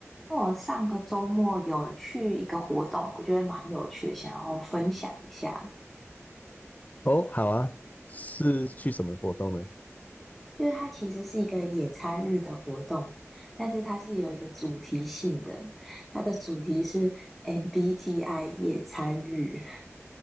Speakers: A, in the centre; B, on the left.
A: 我上个周末有去一个活动，我觉得蛮有趣，想要分享一下。
B: 哦，好啊，是去什么活动呢？
A: 就是它其实是一个野餐日的活动，但是它是有一个主题性的，它的主题是 MBTI 野餐日。